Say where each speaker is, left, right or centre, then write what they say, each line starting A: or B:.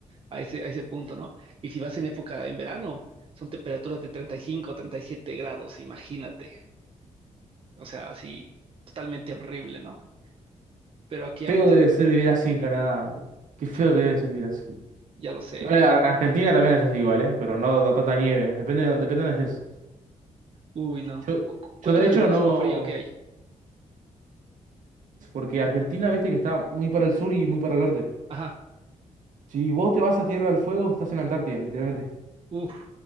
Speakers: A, on the right (about 45°); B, on the right (about 75°).
A: a ese, a ese punto, ¿no? Y si vas en época en verano, son temperaturas de treinta treinta y cinco, treinta y siete grados, imagínate. O sea, así, totalmente horrible, ¿no? Pero aquí, a-
B: feo
A: te-
B: debe ser vivir así en Canadá. Qué feo
A: uf,
B: que debe ser vivir así.
A: ya lo sé.
B: Igual Ar- Argentina también es así igual, ¿eh? Pero no, no tanta nieve. Depende de dónde, depende de dónde estés.
A: Uy, no.
B: Yo,
A: ¿Cu- cu- ¿Cuánto
B: yo de
A: es
B: hecho
A: el máximo
B: no...
A: frío que hay?
B: Porque Argentina, viste que está muy para el sur y muy para el norte.
A: Ajá.
B: Si vos te vas a Tierra del Fuego, estás en la Antártida, literalmente.
A: Uf.